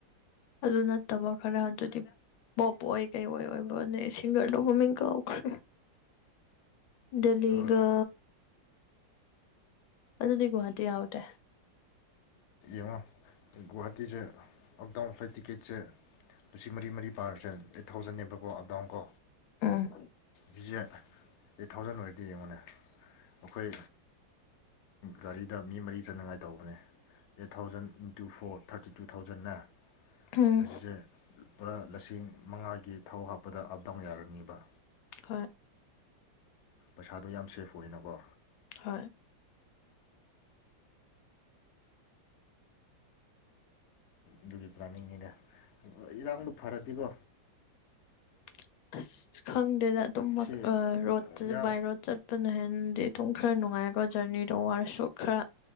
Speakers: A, on the left; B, on the left.
A: ꯑꯗꯨ ꯅꯠꯇꯕ ꯈꯔ ꯑꯗꯨꯗꯤ ꯄꯣꯞ ꯑꯣꯏ ꯀꯩ ꯑꯣꯏ ꯑꯣꯏꯕꯅꯦ ꯁꯤꯡꯒꯔꯗꯣ ꯃꯃꯤꯡ ꯀꯥꯎꯈ꯭ꯔꯦ ꯗꯦꯜꯂꯤꯒ
B: ꯑꯗꯨꯒ
A: ꯑꯗꯨꯗꯤꯒꯍꯥꯇꯤ ꯑꯎꯇꯦ
B: ꯉꯣ ꯒꯋꯥꯍꯥꯇꯤ ꯆ ꯑꯞꯗꯥꯎꯟ ꯐ꯭ꯂꯥꯏꯠ ꯇꯤꯀꯦꯠꯦ ꯑꯁꯤ ꯃꯔꯤ ꯃꯔꯤ ꯄꯥꯔꯁꯦ ꯊꯥꯎꯖꯟꯅꯕꯀꯣ ꯑꯞ ꯗꯥꯎꯟ ꯀꯣ
A: ꯎꯝ
B: ꯖꯤꯁꯦ ꯑꯩꯠ ꯊꯥꯎꯖꯟ ꯑꯣꯏꯔꯗꯤ ꯌꯦꯡꯉꯨꯅꯦ ꯑꯩꯈꯣꯏ ꯒꯥꯔꯤꯗ ꯃꯤ ꯃꯔꯤ ꯆꯅꯉꯥꯏ ꯇꯧꯕꯅꯦ eight thousand into four thirty two ꯊꯥꯎꯖꯟꯅꯟꯅ
A: ꯎꯝ
B: ꯑꯁꯤꯁꯦ ꯄꯨꯔꯥ ꯂꯤꯁꯤꯡ ꯃꯉꯥ ꯊꯧ ꯍꯥꯞꯄꯗ ꯑꯞ ꯗꯥꯎꯟ ꯌꯥꯔꯅꯤꯕ
A: ꯍꯣꯏ
B: ꯄꯩꯁꯥꯗꯣ ꯌꯥꯝ ꯁꯦꯐ ꯑꯣꯏꯅ ꯑꯣꯏꯅꯀꯣ
A: ꯍꯣꯏ
B: ꯑꯗꯨꯒꯤ ꯄ꯭ꯂꯥꯅꯤꯡꯅꯤꯗ ꯏꯔꯥꯡꯗꯣ ꯐꯔꯗꯤꯀꯣ
A: <inaudible> ꯑꯁ ꯈꯪꯗꯦꯗ ꯑꯗꯨꯝ
B: ꯁꯤ
A: ꯔꯣꯗ
B: ꯏꯔꯥꯡ
A: ꯕꯥꯏ ꯔꯣꯗ ꯆꯠꯄꯅꯍꯗꯤ ꯃꯇꯨꯡ ꯈꯔ ꯅꯨꯡꯉꯥꯏꯀꯣ ꯖꯔꯅꯤꯗꯣ ꯋꯥꯔꯁꯨ ꯈꯔ